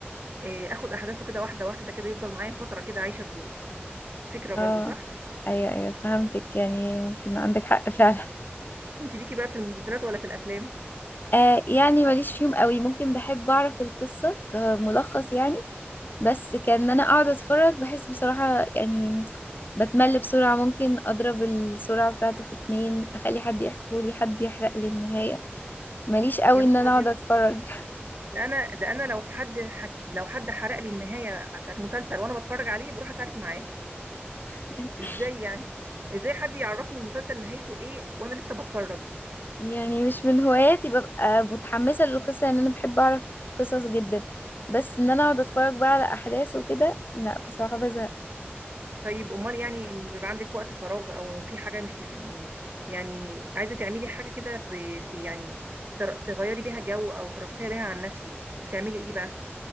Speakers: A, on the right; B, on the left.
A: إيه، اخد احداثه كده واحده واحده كده يفضل معايا فتره كده عايشه الدور فكره
B: اه
A: برضو صح
B: ايوه ايوه فهمتك يعني ممكن عندك حق فعلا
A: انت ليكي بقى في المسلسلات ولا في الافلام
B: آه يعني ماليش فيهم قوي ممكن بحب اعرف القصه كملخص يعني بس كان إن انا اقعد اتفرج بحس بصراحة يعني بتمل بسرعة ممكن اضرب السرعة بتاعته في اتنين اخلي حد يحكولي حد يحرق لي النهاية ماليش قوي
A: يا نهار
B: ان انا
A: ابيض
B: اقعد اتفرج
A: ده انا ده انا لو حد حك... لو حد حرق لي النهايه بتاعت مسلسل وانا بتفرج عليه بروح اتعارك معاه
B: <laughs>
A: ازاي يعني ازاي حد يعرفني المسلسل نهايته ايه وانا لسه بتفرج
B: يعني مش من هواياتي ببقى متحمسة للقصة يعني أنا بحب أعرف قصص جدا بس إن أنا أقعد أتفرج بقى على أحداث وكده لا بصراحة بزهق
A: طيب امال يعني إن بيبقى عندك وقت فراغ او في حاجه مش م- يعني عايزه تعملي حاجه كده ت... ت... يعني تر- تغيري بيها جو او ترفهي بيها عن نفسك بتعملي ايه بقى